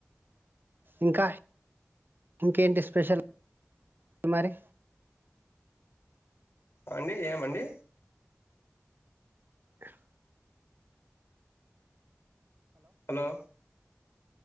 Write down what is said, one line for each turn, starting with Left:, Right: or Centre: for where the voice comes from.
Right: ఇంకా ఇంకేంటి స్పెషల్ మరి?
Left: అండి ఏమండి
Right: అహ్
Left: హలో